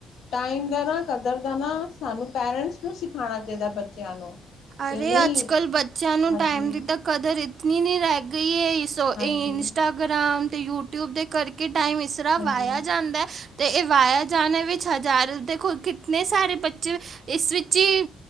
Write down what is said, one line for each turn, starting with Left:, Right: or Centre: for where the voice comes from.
Left: ਟਾਈਮ ਦਾ ਨਾ ਕਦਰ ਦਾ ਨਾ ਸਾਨੂੰ ਪੈਰੈਂਟਸ ਨੂੰ ਸਿਖਾਨਾ ਚਾਈਦਾ ਬੱਚਿਆਂ ਨੂੰ। ਕਿ
Right: ਅਰੇ
Left: ਨਹੀਂ
Right: ਅੱਜ-ਕੱਲ ਬੱਚਿਆਂ ਨੂੰ
Left: ਹਾਂਜੀ,
Right: ਟਾਈਮ ਦੀ ਤਾਂ ਕਦਰ ਇਤਨੀ ਨੀ ਰੈ ਗਈ ਏ ਇਸ ਸੋ
Left: ਹਾਂਜੀ,
Right: ਏ ਇੰਸਟਾਗ੍ਰਾਮ
Left: ਹਾਂਜੀ,
Right: ਤੇ ਯੂਟਿਊਬ ਦੇ ਕਰਕੇ ਟਾਈਮ ਇਸ ਤਰਾਂ
Left: ਹਾਂਜੀ,
Right: ਵਾਇਆ ਜਾਂਦਾ ਐ ਤੇ ਏ ਵਾਇਆ ਜਾਨੇ ਵਿੱਚ ਪੁੱਛਿਆ ਜਾ ਰਿਆ ਦੇਖੋ ਕਿਤਨੇ ਸਾਰੇ ਬੱਚੇ ਇਸ ਵਿੱਚ ਈ